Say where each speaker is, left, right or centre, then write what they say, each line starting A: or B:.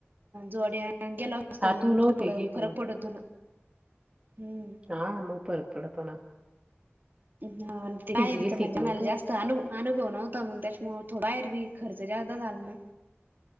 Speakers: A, on the right (about 45°); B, on the right (about 20°).
A: जोड्या गेलो कस
B: हा
A: मग
B: तू नव्हती
A: थोडं
B: गेली
A: फरक पडतो ना, हम्म.
B: ना मग फरक पडतोना.
A: ते छान ते बाहेरच
B: गेलती
A: म्हणजे
B: का मग
A: मल
B: तू
A: जास्त अनु अनुभव नव्हता मग त्याच्यामुळ थोडा एरवी खर्च जास्दा झाला ना